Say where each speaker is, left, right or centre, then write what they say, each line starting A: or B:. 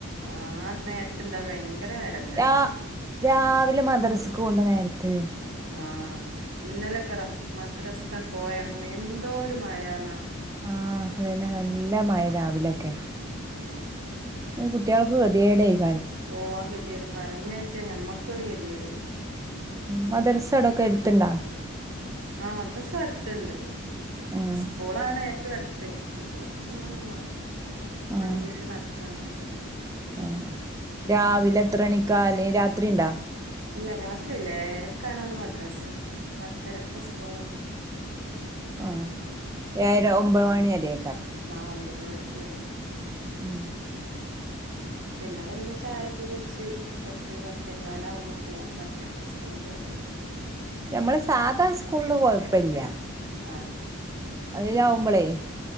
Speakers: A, on the right; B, on the right.
A: ആ നേരത്തെ എന്താ വേണ ഭയങ്കര എടങ്ങേറാണ്
B: രാ രാവിലെ മദ്രസക്ക് പോണ്ട നേരത്ത്
A: ആ ഇന്നലെ മദ്രസ പോയ ഇറങ്ങുന്ന എന്തൊരു മഴയന്നാ
B: ആ അതന്നെ നല്ല മഴ രാവിലൊക്കെ
A: ആ
B: കുട്ടികൾക്ക് <unintelligible> തിയട ആായി
A: പോവാൻ ഗതിയേട് പറഞ്ഞയച്ചാ ഞമ്മക്കൊരു ഗതികേട്
B: മദ്രസയുടൊക്കെ എടുത്തിണ്ടാ
A: ആ മദ്രാസ അടുത്തുണ്ട്
B: ഏഹ്
A: സ്കൂളാണ് ഏറ്റവും അടുത്ത് മദ്രാസ് കുറച്ചൊന്നാണ് പോണം
B: ആഹ്
A: അഞ്ചുമിനിറ്റ് നടക്കാണ്ട്
B: ആഹ് രാവിലെ എത്ര മണിക്കാല് രാത്രി ഉണ്ടാ
A: ഇല്ല രാത്രിയില്ല ഏഴരക്കാണ് അവന് മദ്രാസ് പത്തരക്ക് സ്കൂളും
B: ആ ഏഴര ഒമ്പത് മണിവരെ
A: നാളെ ഒമ്പത് മണിക്കൂട്
B: ഉം
A: പിന്നെ വന്നി ചായയൊക്കെ കുടിച്ച് പത്ത് പത്തേ കാലാവുമ്പ പോകും പത്തരക്ക് സ്കൂൾ തൊടങ്ങും
B: ഞമ്മള് സാധാ സ്കൂള്ന് കൊഴപ്പില്ല
A: ആ
B: അതിലാവുമ്പളേ